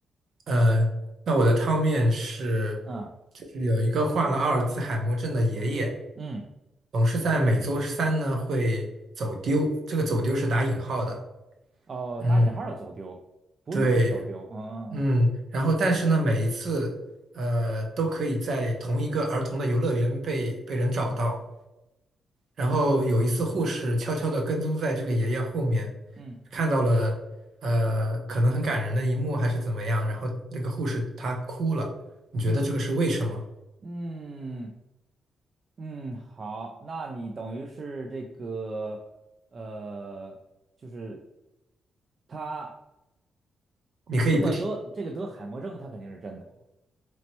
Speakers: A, on the right (about 60°); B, on the right (about 40°).
A: 呃，那我的汤面是，
B: 嗯
A: 就是有一个患了阿尔兹海默症的爷爷。
B: 嗯，
A: 总是在每周三呢会走丢，这个走丢是打引号的。
B: 哦，
A: 嗯，
B: 打引号的走丢，不是真走丢。
A: 对，
B: 嗯
A: 嗯，然后但是呢，每一次呃都可以在同一个儿童的游乐园被被人找到。然后有一次，护士悄悄地跟踪在这个爷爷后面，
B: 嗯
A: 看到了呃可能很感人的一幕还是怎么样，然后那个护士她哭了。你觉得这个是为什么？
B: 嗯嗯。嗯嗯，嗯，好，那你等于是这个，呃，就是他
A: 你可以不听。
B: 这个得这个得海默症，他肯定是真的，